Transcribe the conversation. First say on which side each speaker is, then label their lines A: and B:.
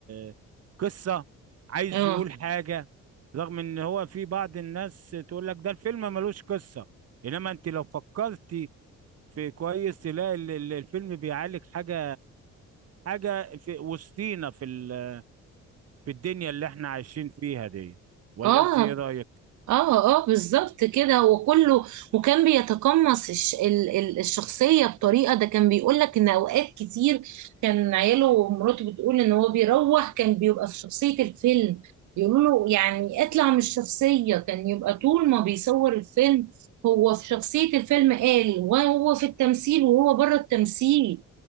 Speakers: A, on the right; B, on the right.
A: آه، قصه عايز
B: اه
A: يقول حاجه رغم ان هو في بعض الناس تقول لك ده الفيلم ملوش قصه انما انت لو فكرتي في كويس تلاقي ال- ال- الفيلم بيعالج حاجه حاجه في وسطينا في ال- في الدنيا اللي احنا عايشين فيها دي ولا
B: اه
A: انت ايه رايك
B: اه اه بالظبط كده وكله وكان بيتقمص الش ال ال الشخصية بطريقة ده كان بيقول لك ان اوقات كتير كان عياله ومراته بتقول ان هو بيروح كان بيبقى في شخصية الفيلم يقولوا له يعني اطلع من الشخصية كان يبقى طول ما بيصور الفيلم هو في شخصية الفيلم قال وهو في التمثيل وهو بره التمثيل